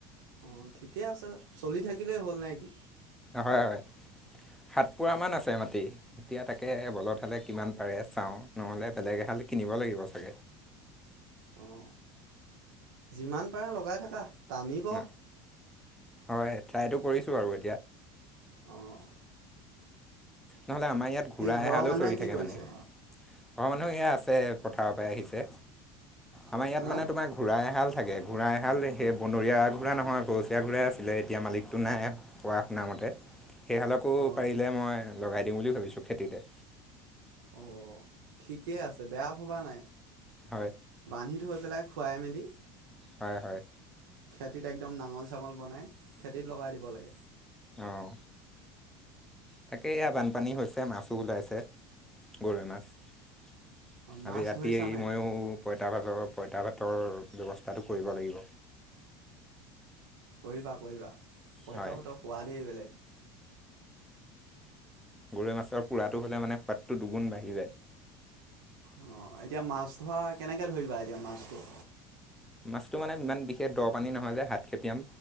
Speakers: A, on the right; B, in the centre.
A: অঁ ঠিকে আছে, চলি থাকিলেই হ'ল নে কি?
B: হয়, হয়। সাত পোৰা মান আছে মাটি। এতিয়া তাকে বলত হালে কিমান পাৰে চাওঁ নহ'লে বেলেগ এ কিনিব লাগিব চাগে।
A: <unintelligible> অ', যিমান পাৰা লগাই থাকা টানিব।
B: ন হয়, ট্ৰাইটো কৰিছোঁ আৰু
A: অ',
B: নহ'লে আমাৰ ইয়াত ঘোঁৰা
A: ঘৰৰ
B: এহালেও
A: মানুহে
B: চৰি
A: কি
B: থাকে
A: কৰিছে
B: মানে, ঘৰৰ মানুহ এইয়া আছে পথাৰৰ পৰাই আহিছে। আমাৰ ইয়াত
A: হা
B: মানে তোমাৰ ঘোঁৰা এহাল থাকে ঘোৰা এহাল সেই বনৰীয়া ঘূঁৰা নহয়, গৰচীয়া ঘূৰাই আছিলে। এতিয়া মালিকটো নাই। কোৱা শুনা মতে সেইহালকো
A: অঁ
B: পাৰিলে মই লগাই দিওঁ বুলি ভাবিছোঁ খেতিতে।
A: অঁ ঠিকে আছে। বেয়া ভবা নাই
B: হয়
A: বান্ধি থৈ পেলাই খুৱাই মেলি
B: হয়। হয়।
A: খেতিত একদম নাঙল-চাঙল বনাই খেতিত লগাই দিব লাগে।
B: আহঁ তাকে এয়া বানপানী হৈছে, মাছো ওলাইছে গৰৈ মাছ। আৰু
A: অ' মাছ
B: ৰাতিয়ে
A: ধৰিছা নাই
B: ময়ো
A: তুমি
B: প পঁইতা ভাতৰ পঁইতা ভাতৰ ব্যৱস্থাটো কৰিব লাগিব।
A: কৰিবা কৰিবা পইটা
B: হয়
A: ভাতৰ সোৱাদেই বেলেগ।
B: গৰৈ মাছৰ পোৰাটো হ'লে মানে সোৱাদটো দুগুণ বাঢ়ি যায়।
A: আহ এতিয়া মাছ ধৰা, কেনেকে ধৰিবা এতিয়া মাছটো?
B: মাছটো মানে ইমান বিশেষ দ' পানী নহয় যে, হাত খেপিয়াম।